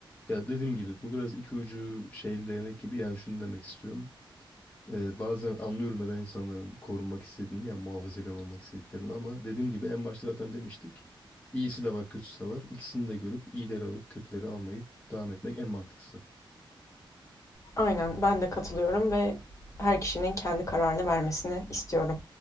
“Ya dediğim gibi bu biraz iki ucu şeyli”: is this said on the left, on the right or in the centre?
Left